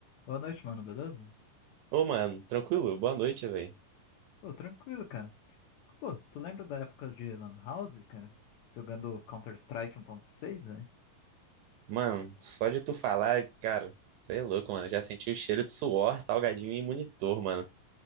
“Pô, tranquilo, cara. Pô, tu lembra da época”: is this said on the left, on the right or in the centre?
Left